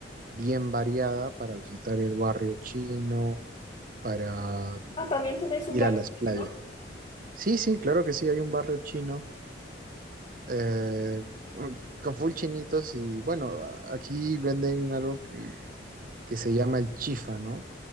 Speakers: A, on the right; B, on the left.
A: bien variada, para visitar el barrio chino, para
B: Ah, también tenéis un
A: ir
B: bar
A: a las playas.
B: chino.
A: Sí, sí, claro que sí, hay un barrio chino eh, con full chinitos y bueno, a- aquí venden algo que, que se llama el chifa, ¿no?